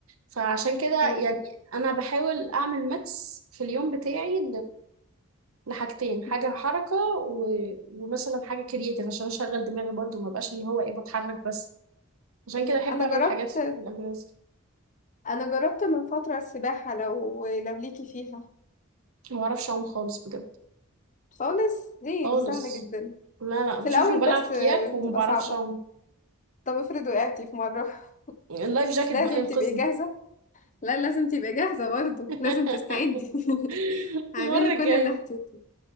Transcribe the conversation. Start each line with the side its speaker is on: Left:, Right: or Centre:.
Right: فعشان كده
Left: مم.
Right: يعني أنا بحاول أعمل ميكس في اليوم بتاعي لحاجتين حاجة
Left: مم.
Right: حركة و... ومثلا حاجة كرياتيف عشان أشغل دماغي برضو ما بقاش اللي هو إيه بتحرك بس عشان
Left: ايوه
Right: كده أحب
Left: انا
Right: أعمل
Left: جربت
Right: حاجات في الأجازة
Left: انا جربت من فتره السباحه لو لو ليكي فيها
Right: عشان ما بعرفش أعوم خالص بجد
Left: خالص دي
Right: خالص
Left: دي سهله جدا
Right: لا لا بشوفي
Left: في الاول
Right: وبلعب
Left: بس
Right: كياك
Left: آه،
Right: وما
Left: بتبقى
Right: بعرفش
Left: صعبه
Right: أعوم
Left: طب افرض وقعتي في مره
Right: اللايف جاكيت
Left: مش لازم
Right: بقى ينقذني
Left: تبقي جاهزه لا لازم تبقى جاهزة برضو
Right: <laughs>
Left: لازم تستعدي <laughs> اعملي
Right: المرة
Left: كل
Right: الجاية
Left: اللي هتقولي